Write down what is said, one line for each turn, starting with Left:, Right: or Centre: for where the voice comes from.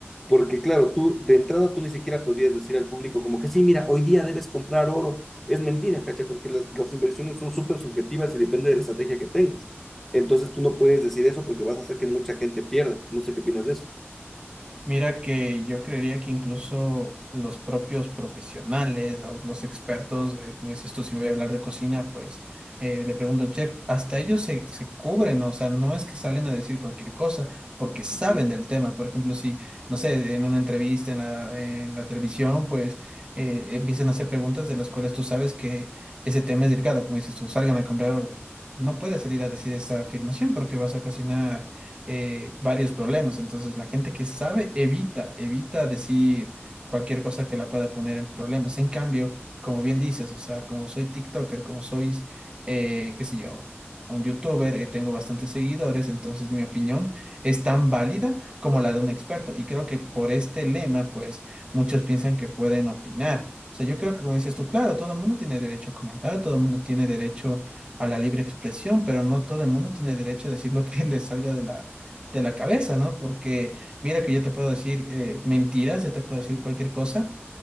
Centre: Porque claro, tú de entrada tú ni siquiera podrías decir al público como que sí, mira, hoy día debes comprar oro. Es mentira, ¿cachai? Porque las, las inversiones son súper subjetivas y depende de la estrategia que tengas. Entonces tú no puedes decir eso porque vas a hacer que mucha gente pierda. No sé qué opinas de eso.
Right: Mira que yo creería que incluso los propios profesionales, los, los expertos, de, como dices tú, si voy a hablar de cocina, pues eh, le pregunto, chef, hasta ellos se, se cubren, ¿no? o sea, no es que salen a decir cualquier cosa, porque saben
Centre: Ujú.
Right: del tema. Por ejemplo, si, no sé, en una entrevista en la, en la televisión, pues eh, empiezan a hacer preguntas de las cuales tú sabes que ese tema es delicado, como dices tú, salgan a comprar oro. No puedes salir a decir esa afirmación porque vas a cocinar eh, varios problemas. Entonces, la gente que sabe evita, evita decir cualquier cosa que la pueda poner en problemas. En cambio, como bien dices, o sea, como soy TikToker, como sois, eh, qué sé yo, un YouTuber, eh, tengo bastantes seguidores, entonces mi opinión es tan válida como la de un experto. Y creo que por este lema, pues, muchos piensan que pueden opinar. O sea, yo creo que como dices tú, claro, todo el mundo tiene derecho a comentar, todo el mundo tiene derecho a la libre expresión, pero no todo el mundo tiene derecho a decir lo que <laughs> le salga de la, de la cabeza, ¿no? Porque mira que yo te puedo decir eh, mentiras, yo te puedo decir cualquier cosa